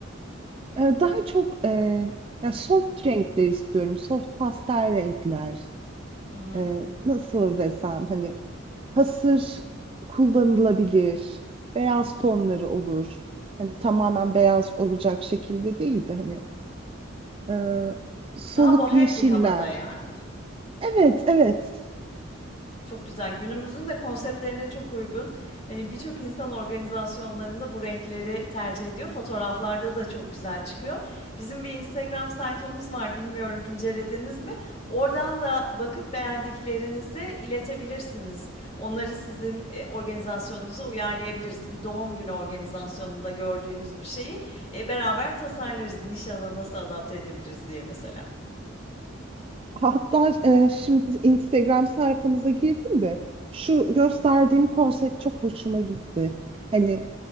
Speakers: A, on the right; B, on the left.
A: E, Daha çok e, ya soft renkler istiyorum. Soft pastel renkler.
B: Hı hı,
A: E,
B: hı hı.
A: nasıl desem hani hasır kullanılabilir. Beyaz tonları olur. Hani tamamen beyaz olacak şekilde değil de hani e, soluk
B: Daha bohem
A: yeşiller.
B: bir havada yani.
A: Evet, evet.
B: Çok güzel. Günümüzün de konseptlerine çok uygun. Hani, birçok insan organizasyonlarında bu renkleri tercih ediyor. Fotoğraflarda da çok güzel çıkıyor. Bizim bir Instagram sayfamız var. Bilmiyorum incelediniz mi? Oradan da bakıp beğendiklerinizi iletebilirsiniz. Onları sizin, eee, organizasyonunuza uyarlayabiliriz. Bir doğum günü organizasyonunda gördüğünüz bir şeyi, eee, beraber tasarlarız. Nişana nasıl adapte edebiliriz diye mesela.
A: Hatta e, şimdi Instagram sayfanıza girdim de şu gösterdiğim konsept çok hoşuma gitti. Hani